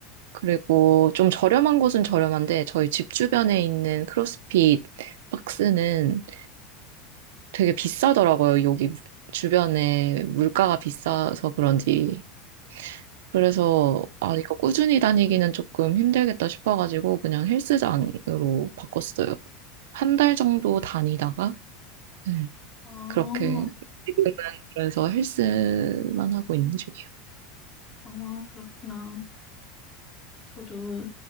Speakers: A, on the right (about 70°); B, on the left (about 20°).
A: 그리고 좀 저렴한 곳은 저렴한데 저희 집 주변에 있는 크로스핏 박스는 되게 비싸더라고요. 여기 주변에 물가가 비싸서 그런지.
B: 네.
A: 그래서 아, 이거 꾸준히 다니기는 조금 힘들겠다 싶어가지고 그냥 헬스장으로 바꿨어요. 한 달 정도 다니다가 네,
B: 아,
A: 그렇게 지금은 그래서 헬스만 하고 있는 중이에요.
B: 아, 그렇구나. 저도